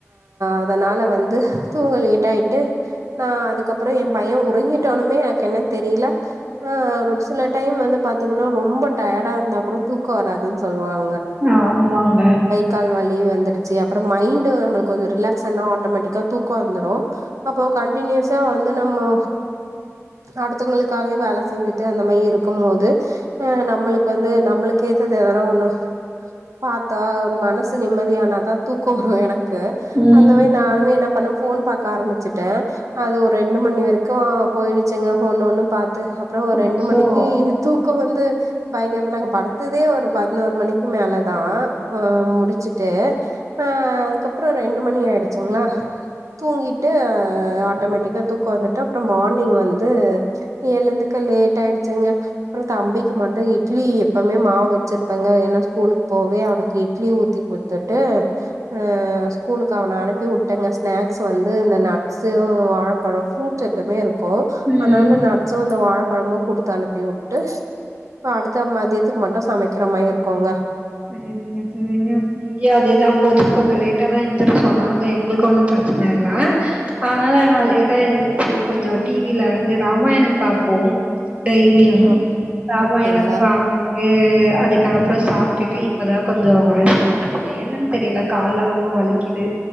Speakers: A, on the right; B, on the right.
A: அதனால வந்து தூங்க லேட் ஆயிட்டு நா அதுக்கப்புற என் பையன் உறங்கிட்டானுமே எனக்கு என்னன்னு தெரியல ஆஹ்ரு சில டைம் வந்து பாத்தீங்னா ரொம்ப டயர்டா இருந்தா கூட தூக்க வராதுனு சொல்வாங்
B: ஆஹ ஆமாங்க
A: கால் வலி வந்துடுச்சு அப்புற மைண்ட நம்மளுக் கொஞ்ச ரிலாக்ஸ் ஆனா ஆட்டமேட்டிக்கா தூக்க வந்துடு அப்போ கண்ட்டினியூஸா வந்து நம்மோ அடுத்தவங்களுக்காகவே வேல செஞ்சுட்டு அந்த மாதிரி இருக்கும் போது அஹ் நம்ம நம்மளுக்கு வந்து நம்மளுக்கு ஏத்தது எதனா ஒண்ணு பாத்தா ஒரு மனசு நிம்மதியானா தா தூக்க வரு எனக்கு
B: ம்
A: அந்த மாதி நானுமே என்ன பண்ண ஃபோன் பாக்க ஆரம்பிச்சுட்டே அது ஒரு ரெண்டு மணி வரைக்கு போயிடுச்சுங்க ஒன்னு ஒன்னு பாத் து அப்புற ஒரு
B: அச்சோ
A: ரெண்டு மணிக்கு தூக்க வந்து பயங்கர நாங்க படுத்ததே ஒரு பதினோரு மணிக் க்கி மேல தா முடிச்சுட்டு ஆஹ் அதுக்கப்புற ரெண்டு மணி ஆயிடுச்சுங்களா தூங்கிட்டு ஆட்டமேட்டிக்கா தூக்க வந்துட்டு அப்புற மார்னிங் வந்து எழுந்துக்க லேட் ஆயிடுச்சுங்க அப்புற தம்பிக்கு மட்டு இட்லி எப்பமே மாவ் வச்சிருப்பேங்க ஏனா ஸ்கூலுக்கு போவே அவனுக் இட்லி ஊத்தி குடுத்துட்டு அ ஸ்கூலுக்கு அவன அனுப்பி வுட்டேங்க ஸ்நாக்ஸ் வந்து த நட்ஸு வாழப்பழ ஃப்ரூட் எப்போமே இருக்கு
B: ம்
A: அதனால நட்ஸும் இந்த வாழப்பழமு குடுத்து அனுப்பி வுட்டு இப்ப அடுத்து மதியத்துக்கு மட்டு சமக்கிற மாரி இருக்குங்க
B: சேரிங்க சேரிங்க இங்கேயு அதேதா போச்சு கொஞ்ச லேட்டா தா எந்திரிச்சோ நாங்க எங்ளுக்கு ஒன்னு பிரச்ன இல்ல
A: <inaudible>
B: ஆனால நா
A: சேர்
B: லேட்டா
A: சேர்
B: எந்துருச்சு கொஞ்ச டிவில வந்து ராமாயணம் பாப்போம் டெய்லியு
A: ஓ
B: ராமாயணம்
A: அப்டிங்களா
B: <unintelligible> அதுக்கப்புற சாப்டுட்டு இப்பதா கொஞ்ச ரெஸ்ட் எடுத்துருகேனுன்னு தெரியல கால்லா ரொம்ப வலிக்குது